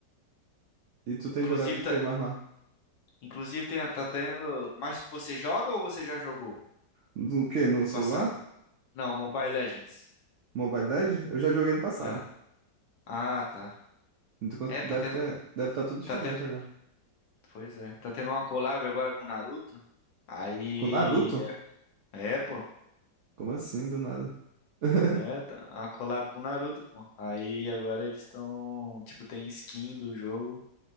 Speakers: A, on the right; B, on the left.
A: E tu tem
B: Inclusive,
A: jogado de
B: tá,
A: que mais lá?
B: inclusive tem, tá tendo. Mas você joga ou você já jogou
A: Do que? No
B: no
A: celular?
B: passado? Não, Mobile Legends.
A: Mobile Legends? Eu já joguei no passado.
B: Ah, ah, tá.
A: Então quanto-
B: É, tá
A: deve
B: tendo.
A: ter, deve estar tudo diferente
B: Tá tendo.
A: agora.
B: Pois é. Tá tendo uma collab agora com o Naruto. Aí.
A: Com Naruto?
B: É, é, pô.
A: Como assim, do nada? <laughs>
B: É, tá- a collab com o Naruto, pô. Aí agora eles estão. Tipo, tem skin do jogo